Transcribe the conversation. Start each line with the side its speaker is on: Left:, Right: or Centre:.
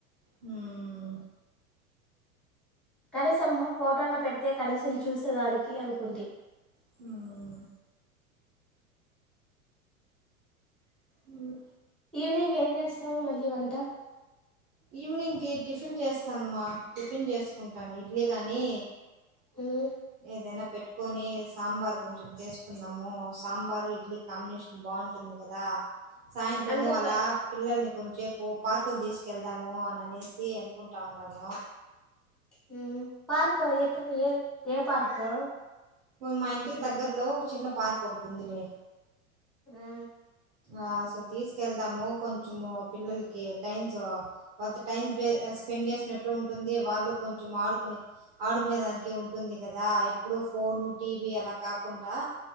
Right: హుమ్మ్
Centre: కనీసమ్ ఫోటో అన్ పెట్ట్ తే కనీసం చూసేదానికి అనుకుంటి
Right: హ్మ్ం హ్మ్
Centre: ఈవినింగ్ ఏం చేస్తావు మళ్ళీ వంట
Right: ఈవినింగ్ కి టిఫిన్ చేస్తాన్ మ్మా టిఫిన్ చేసుకుంటాను ఇడ్లీ గాని
Centre: మ్మ్
Right: ఏదైనా పెట్టుకొని సాంబార్ కొంచెం చేసుకుందాము సాంబారు ఇడ్లీ కాంబినేషన్ బాగుంటుంది కదా సాయంత్రము
Centre: అంటే
Right: అలా
Centre: ప
Right: పిల్లల్ని కొంచెపు పో పార్క్ కి దీస్ వెళ్దాము అని అనేసి అనుకుంటా ఉండాను
Centre: హ్మ్మ్ పార్కు ఎక్కడ పొయ్యేది ఏ పార్కు
Right: మా ఇంటికి దగ్గర్లో చిన్న పార్క్ ఒకటి ఉందిలే
Centre: హ్మ్
Right: ఆ సో తీసుకెళ్దాము కొంచెము పిల్లలికి టైమ్స్, వాళ్ళతో టైం స్పె ఆ స్పెండ్ జెస్నట్టు ఉంటుంది, వాళ్ళు కొంచెం ఆడుకునే ఆడుకునేదానికి ఉంటుంది కదా ఎప్పుడు ఫోను, టీవీ అలా కాకుండా